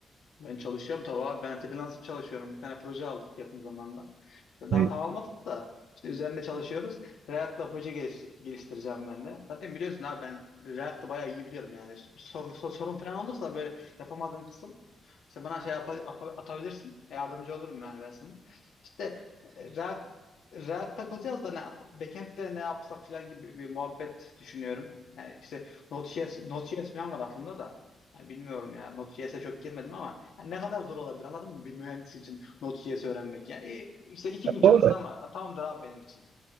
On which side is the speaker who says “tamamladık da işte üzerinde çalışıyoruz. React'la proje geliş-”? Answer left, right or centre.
Left